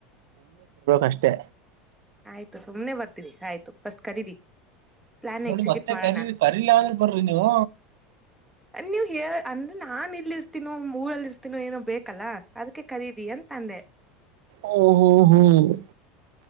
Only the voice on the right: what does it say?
ಅಷ್ಟೇ
ನೋಡಿ
ಮತ್ತೆ
ಕರಿ ಕರಿಲ ಅ ಬರ್ರಿ ಹಓ
ಹ್ಮ ಹ್ಮ್ ಹ್ಮ್